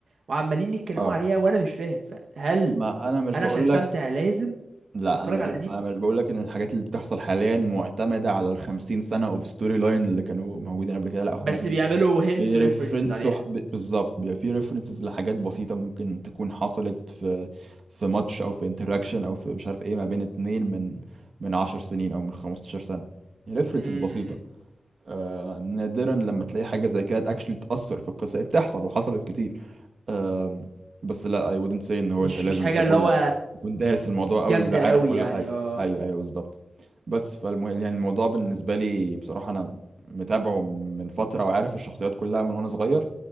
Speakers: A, on the right (about 75°); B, on the right (about 55°).
A: وعمالين يتكلموا
B: اه
A: عليها وانا مش فاهم فهل
B: ما انا مش
A: انا
B: بقول
A: عشان استمتع
B: لك
A: لازم
B: لا
A: اتفرج
B: انا
A: على القديم
B: انا مش بقول لك ان الحاجات اللي بتحصل حاليا معتمده على ال 50 سنه اوف ستوري لاين اللي كانوا موجودين قبل كده لا
A: بس
B: هم بي
A: بيعملوا hints
B: بيرفرنسوا
A: و references عليها
B: ح- ب- بالظبط بيبقى في ريفرنسز لحاجات بسيطه ممكن تكون حصلت في في ماتش او في انتراكشن او في مش عارف ايه ما بين اتنين من من 10 سنين او من 15 سنه ريفرنسز
A: امم
B: بسيطه آه، نادرا لما تلاقي حاجة زي كده اكشلي تأثر في القصة هي بتحصل وحصلت كتير آه، بس لا I wouldn't say ان هو
A: مش
B: انت لازم
A: مش حاجة
B: تكون
A: اللي هو
B: تكون دارس الموضوع
A: جامدة
B: قوي ولا عارف
A: قوي
B: كل
A: يعني
B: حاجة
A: اه
B: ايوه ايوه بالظبط بس فالمه... يعني الموضوع بالنسبة لي بصراحة انا متابعه من فترة وعارف الشخصيات كلها من وانا صغير